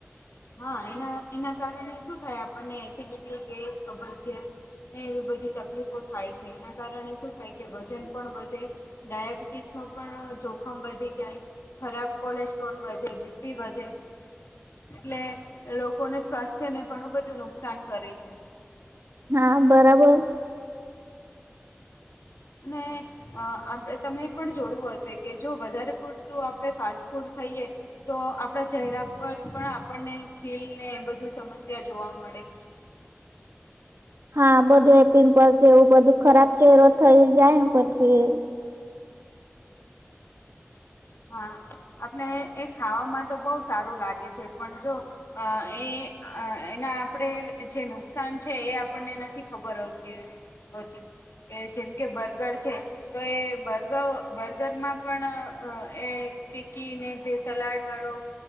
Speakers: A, on the left (about 75°); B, on the right (about 75°).
A: હા! એના એના કારણે શું થાય આપણને? એસિડિટી, ગેસ, કબજિયાત. એવી બધી તકલીફો થાય છે. એના કારણે શું થાય કે? વજન પણ વધે. ડાયાબિટીસ ન પણ જોખમ વધી જાય. ખરાબ કોલેસ્ટ્રોલ વધે, બીપી વધે. એટલે લોકોને સ્વાસ્થ્યને ઘણું બધું નુકસાન કરે છે.
B: હા બરાબર.
A: અને. અ આપ તમે એ પણ જોયું હશે કે, જો વધારે પૂડતું આપણે ફાસ્ટ ફૂડ ખાઈએ. તો આપડા ચહેરા પર પણ આપણને ખીલ ને એ બધું સમસ્યા જોવા મળે.
B: હા! બધું પિમ્પલ છે. એવું બધું ખરાબ છે. એ થઈ જાય ને પછી.
A: હા! આપણે એ ખાવામાં તો બહુ સારું લાગે છે. પણ જો અ એ એના આપણે જે નુકસાન છે, એ આપણને નથી ખબર આવતી હોય. <unintelligible> એ જેમ કે બર્ગર છે. તો એ બર્ગર બર્ગરમાં પણ. એ ટિકકી અને જે સલાડ વાળો.